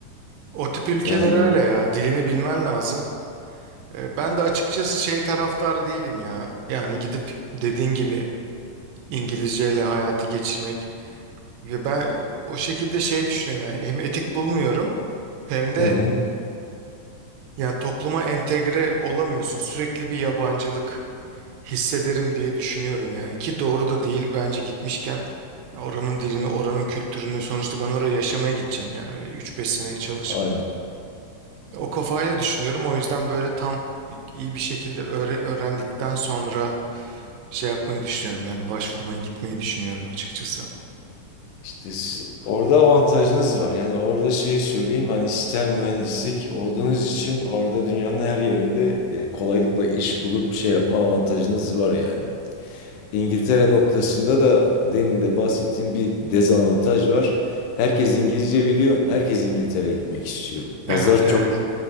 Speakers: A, on the right; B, on the left.
A: O tip ülkeler
B: Yani
A: öyle ya. Dilini bilmen lazım. E, Ben de açıkçası şey taraftarı değilim ya. Yani gidip dediğin gibi İngilizceyle hayatı geçirmek. ve ben o şekilde şey düşünüyorum yani. Hem etik bulmuyorum hem de
B: hı hı,
A: yani topluma entegre olamıyorsun. Sürekli bir yabancılık. hissederim diye düşünüyorum yani ki doğru da değil bence gitmişken ya oranın dilini oranın kültürünü sonuçta ben oraya yaşamaya gideceğim yani öyle üç beş sene çalışıp
B: aynen.
A: da o kafayla düşünüyorum o yüzden böyle tam iyi bir şekilde öğre- öğrendikten sonra şey yapmayı düşünüyorum yani başvurmaya gitmeyi düşünüyorum açıkçası.
B: İşte s- orada avantajınız var. Yani orada şeyi söyleyeyim hani sistem mühendislik olduğunuz için orada dünyanın her yerinde e, kolaylıkla iş bulup şey yapma avantajınız var yani. İngiltere noktasında da demin de bahsettiğim bir dezavantaj var. Herkes İngilizce biliyor. Herkes İngiltere'ye gitmek istiyor. Pazar
A: Evet evet
B: çok